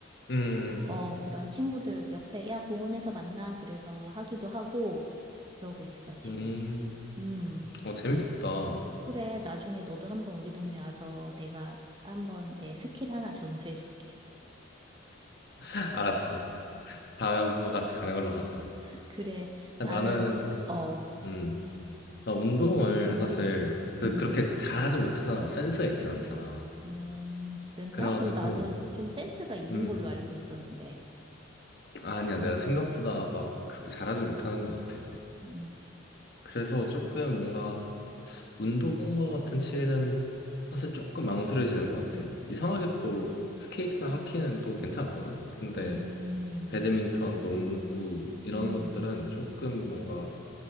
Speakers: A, on the left (about 55°); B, on the right (about 25°).
A: 음.
B: 어, 그런 친구들 옆에, 야, 공원에서 만나. 그래서 하기도 하고, 그러고 있어, 지금.
A: 음.
B: 음,
A: 어, 재밌겠다.
B: 그래. 나중에 너도 한번 우리 동네 와서 내가 한번 내 스킬 하나 전수해 줄게.
A: <laughs> 알았어. 다음에 한번 같이 가는 걸로 가자.
B: <laughs> 그래.
A: 아,
B: 나는,
A: 나는,
B: 어,
A: 음, 나 운동을 사실 그-
B: 음.
A: 그렇게 잘하지 못하잖아. 막 센스가 있진 않잖아.
B: 음, 그랬나?
A: 그래가지고
B: 그 나는 좀 센스가 있는
A: 음
B: 걸로 알고 있었는데.
A: 아, 아니야 내가 생각보다 막 그렇게 잘하지 못하는 것 같아.
B: 음,
A: 그래서 조금 뭔가 운동과 같은 취미는 사실 조금 망설여지는 것 같아. 이상하게 또 스케이트나 하키는 또 괜찮았거든. 근데
B: 음,
A: 배드민턴, 농구 이런
B: 음,
A: 것들은 조금 뭔가